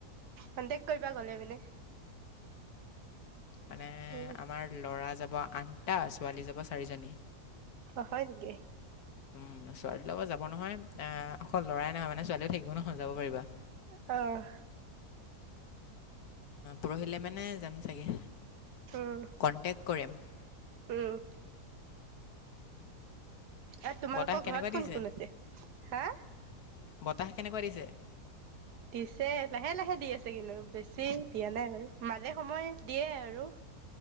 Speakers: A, on the right; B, on the left.
A: কণ্টেক কৰিবা গ'লে মানে।
B: মানে
A: উম
B: আমাৰ ল'ৰা যাব আঠটা ছোৱালী যাব চাৰিজনী।
A: অ', হয় নেকি।
B: উম, ছোৱালীলগৰ যাব নহয় আহ অকল লৰাই নহয় মানে ছোৱালীও থাকিব নহয় যাব পাৰিবা।
A: অ'।
B: পৰহিলে মানে যাম চাগে।
A: উম,
B: কণ্টেক্ট কৰিম
A: উম। আৰু তোমালোকৰ
B: বতাহ কেনেকুৱা
A: ঘৰত
B: দিছে
A: কোন, কোন আছে হা।
B: বতাহ কেনেকুৱা দিছে?
A: দিছে লাহে, লাহে দি আছে কিন্তু বেছি দিয়া নাই বাৰু মাজে সময় দিয়ে আৰু। <inaudible>